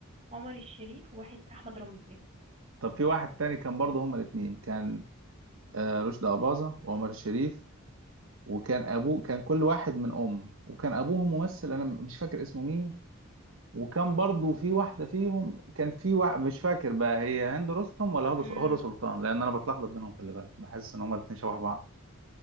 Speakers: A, on the right; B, on the right.
A: عمر الشريف وواحد احمد رمزي
B: طب في واحد تاني كان برضه هما الاثنين كان آه، رشدي أباظة وعمر الشريف وكان أبوه كان كل واحد من أم وكان أبوهم ممثل أنا مش فاكر اسمه مين وكان برضه في واحدة فيهم كان في واحد مش فاكر بقى هي هند رستم ولا هدى
A: امم
B: هدى سلطان لأن أنا بتلخبط بينهم خلي بالك بحس إن هما الاثنين شبه بعض